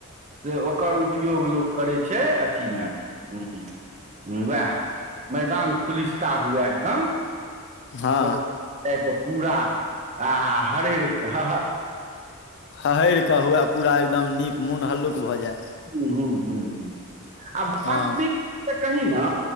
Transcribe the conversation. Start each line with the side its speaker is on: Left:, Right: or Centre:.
Right: से ओकर उपयोग लोक करै छै अथीमे ह वएह मैदान खुलिस्ता हुए एकदम
Left: हँ
Right: पख तऽ पूरा आ हरर ह
Left: हहर कऽ हुए पूरा एकदम नीक मोन हल्लुक भऽ जाय
Right: हुँ हुँ हुँ ह आ वास्तविक
Left: हँ
Right: तऽ कही ने